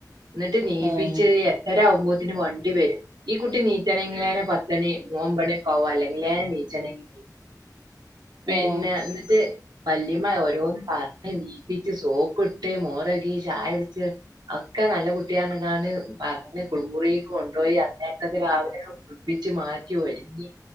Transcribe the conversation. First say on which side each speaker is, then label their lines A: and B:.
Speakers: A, on the right (about 80°); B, on the right (about 40°).
A: എന്നിട്ട് നീപ്പിച്ച്
B: ഏഹ്
A: എട്ടരാവുംമ്പോത്തിന് വണ്ടി വെരും. ഈ കുട്ടി എനിക്കാണെങ്കിൽ പത്തണി ഒമ്പണിക്കാവും അല്ലെങ്കിലെ എനിക്കാണെങ്കിൽ പിന്നെ
B: ഏഹ് ഉം
A: എന്നിട്ട് വല്ലിമ്മ ഓരോന്ന് പറഞ്ഞ് എണീപ്പിച്ചു സോപ്പിട്ട് മുഖകഴുകി ചായകുടിച്ചു ഒക്കെ നല്ല കുട്ടിയാണ് എന്ന് പറഞ്ഞു കുളിമുറിയിലേക്ക് കൊണ്ടുപോയി അന്നെരത്തൊക്കെ രാവിലെ കുൾപ്പിച്ച് മാറ്റി ഒരുക്കി